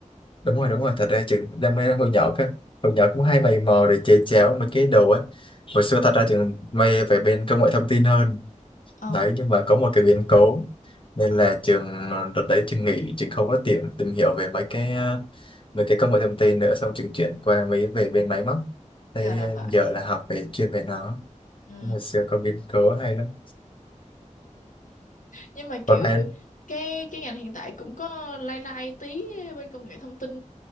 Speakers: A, on the left; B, on the left.
A: đúng rồi đúng rồi thật ra trường đam mê hồi nhỏ cơ hồi nhỏ cũng hay mày mò để chè chéo mấy cái đồ ấy hồi xưa thật ra trường mê về bên công nghệ thông tin hơn
B: ờ
A: đấy nhưng mà có một cái biến cố nên là trường đợt đấy trường nghỉ trường không có tiện tìm hiểu về mấy cái ờ, mấy cái công nghệ thông tin nữa xong trường chuyển qua mấy về bên máy móc thế
B: ra là
A: ờ,
B: vậy
A: giờ là học về chuyên về nó
B: ừ
A: hồi xưa có biến cố hay lắm
B: nhưng mà
A: còn
B: kiểu
A: em
B: cái cái ngành hiện tại cũng có lai lai tí bên công nghệ thông tin